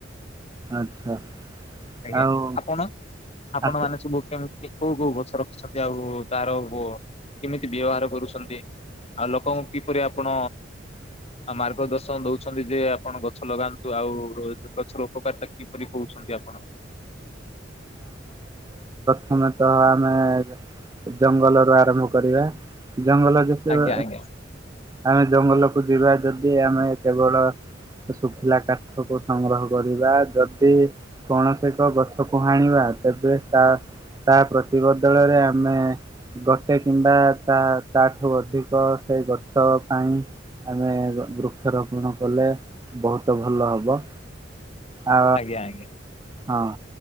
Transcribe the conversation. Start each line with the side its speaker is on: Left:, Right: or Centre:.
Right: ଆଚ୍ଛା
Left: ଆଜ୍ଞା,
Right: ଆଉ
Left: ଆପଣ ଆପଣ
Right: ଆପ
Left: ମାନେ ସବୁ? କେମତି କୋଉ କୋଉ ଗଛ ରଖିଛନ୍ତି ଆଉ ତାର କେମିତି ବ୍ୟବହାର କରୁଛନ୍ତି? ଆଉ ଲୋକଙ୍କୁ କିପରି ଆପଣ? ଆଉ ମାର୍ଗ ଦର୍ଶନ ଦଉଛନ୍ତି ଯେ- ଆପଣ ଗଛ ଲଗାନ୍ତୁ ଆଉ ର ଗଛର ଉପକାରତା କିପରି କହୁଛନ୍ତି ଆପଣ?
Right: ପ୍ରଥମେତଃ ଆମେ ଜଙ୍ଗଲରୁୁ ଆରମ୍ଭ କରିବା। ଜଙ୍ଗଲ ଯେତେବେ
Left: ଆଜ୍ଞା ଆଜ୍ଞା
Right: ଆମେ ଜଙ୍ଗଲକୁ ଯିବା ଯଦି ଆମେ କେବଳ ଶୁଖିଲା କାଠକୁ ସଂଗ୍ରହ କରିବା ଯଦି କୌଣସି ଏକ ଗଛକୁ ହାଣିବା। ତେବେ ତା ତା ପ୍ରତି ବଦଳରେ ଆମେ। ଗୋଟେ କିମ୍ବା ତା ତା ଠୁ ଅଧିକ ସେଇ ଗଛ ପାଇଁ। ଆମେ ଗ ବୃକ୍ଷ‌ ରୋପଣ କଲେ ବହୁତ ଭଲ ହବ। ଆ
Left: ଆଜ୍ଞା ଆଜ୍ଞା।
Right: ହଁ